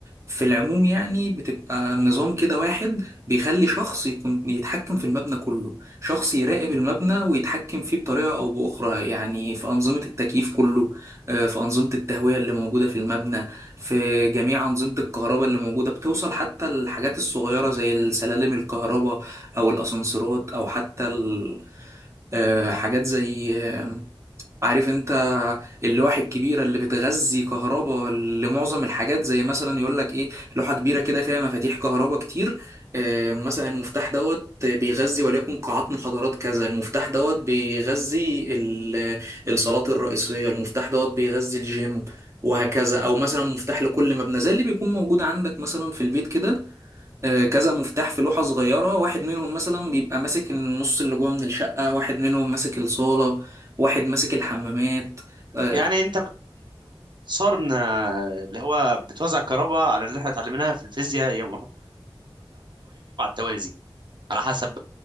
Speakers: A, on the right; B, on the right.
A: في العموم يعني بتبقى نظام كده واحد بيخلي شخص يكون يتحكم في المبنى كله شخص يراقب المبنى ويتحكم فيه بطريقة أو بأخرى يعني في أنظمة التكييف كله آه، في أنظمة التهوية اللي موجودة في المبنى في جميع أنظمة الكهرباء اللي موجودة بتوصل حتى الحاجات الصغيرة زي السلالم الكهرباء أو الأسانسيرات أو حتى ال- آه، حاجات زي عارف انت اللوح الكبيرة اللي بتغذي كهرباء لمعظم الحاجات زي مثلا يقول لك ايه لوحة كبيرة كده فيها مفاتيح كهرباء كتير اه مثلا المفتاح دوت بيغذي وليكن قاعات محاضرات كذا المفتاح دوت بيغذي ال- الصالات الرئيسية المفتاح دوت بيغذي الجيم وهكذا او مثلا مفتاح لكل مبنى زي اللي بيكون موجود عندك مثلا في البيت كده آه، كذا مفتاح في لوحة صغيرة واحد منهم مثلا بيبقى ماسك النص اللي جوه من الشقة واحد منهم ماسك الصالة واحد ماسك الحمامات آه،
B: يعني اللي قلنا اللي هو توزع على اللي احنا في الفيزياء يا وازي على حد